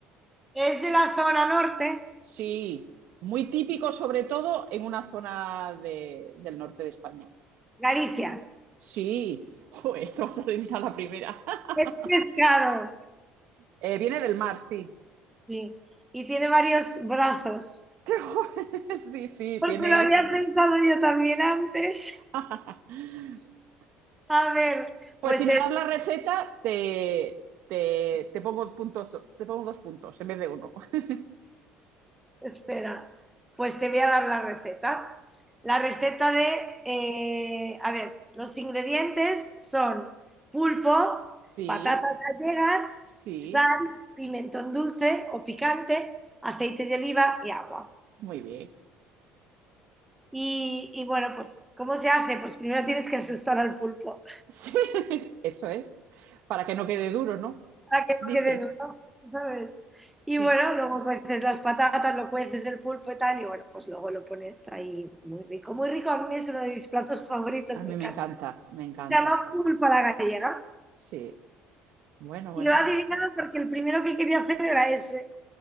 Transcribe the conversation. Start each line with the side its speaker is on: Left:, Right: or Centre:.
Centre: Es de la zona norte,
Right: Sí, muy típico, sobre todo en una zona de- del norte de España.
Centre: Galicia.
Right: Sí, joder, te vas a decir a la primera. <laughs>
Centre: Es pescado,
Right: Eh, viene del mar, sí.
Centre: sí. Y tiene varios brazos.
Right: <laughs> Sí, sí,
Centre: Porque
Right: tiene.
Centre: lo había pensado yo también antes.
Right: <laughs>
Centre: A ver,
Right: Pues
Centre: pues
Right: si me
Centre: es
Right: das la receta, te, te, te pongo puntos, te pongo dos puntos en vez de uno. <laughs>
Centre: Espera, pues te voy a dar la receta. La receta de, eh, a ver, los ingredientes son pulpo,
Right: Sí,
Centre: patatas gallegas,
Right: sí,
Centre: sal, pimentón dulce o picante, aceite de oliva y agua.
Right: muy bien.
Centre: Y, y bueno, pues, ¿cómo se hace? Pues primero tienes que asustar al pulpo.
Right: Sí, <laughs> eso es. Para que no quede duro, ¿no?
Centre: para que
Right: Dice.
Centre: no quede duro, ¿sabes?
Right: Sí,
Centre: Y bueno, luego cueces las patatas, lo cueces el pulpo y tal, y bueno, pues luego lo pones ahí muy rico. Muy rico, a mí es uno de mis platos favoritos,
Right: a
Centre: me
Right: mí
Centre: encanta.
Right: me encanta, me encanta.
Centre: Se llama pulpa la gallega.
Right: Sí, bueno, bueno,
Centre: Y lo he adivinado
Right: bueno.
Centre: porque el primero que quería hacer era ese,